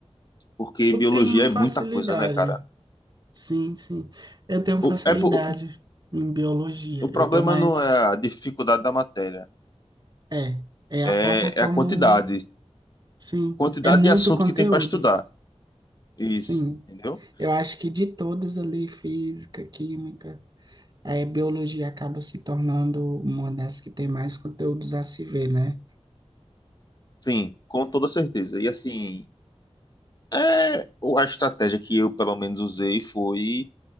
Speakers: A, on the left; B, on the right.
A: porque
B: Eu
A: biologia
B: tenho
A: é
B: facilidade,
A: muita coisa, né, cara?
B: sim, sim, eu tenho
A: O,
B: facilidade
A: é, po- o,
B: em biologia,
A: o problema
B: eu tenho mais.
A: não é a dificuldade da matéria,
B: É, é
A: é,
B: a forma como,
A: é a quantidade.
B: sim,
A: Quantidade
B: é muito
A: de assunto
B: conteúdo,
A: que tem para estudar. Isso,
B: sim.
A: entendeu?
B: Eu acho que de todas ali, física, química, a biologia acaba se tornando uma das que tem mais conteúdos a se ver, né?
A: Sim, com toda certeza. E assim, é, o- a estratégia que eu, pelo menos, usei foi